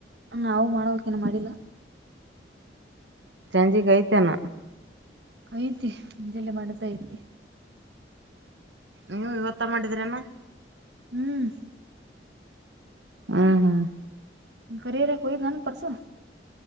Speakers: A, on the right (about 70°); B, on the right (about 80°).
A: ನಾವು ಮಾಡವಕೇನ ಮಾಡಿಲ್ಲ
B: ಸಂಜೆ ಕೈತನ
A: ಐತಿ ಮುಜಲ್ಲ ಮಾಡ್ದ ಐತಿ
B: ನೀವು ಇವತ್ತ ಮಾಡಿದ್ರೇನ
A: ಹ್ಮ್
B: ಹ್ಮ್ ಹ್ಮ್
A: ಗೇ ರ ಕೊಯ ಬಾನ ಪಸು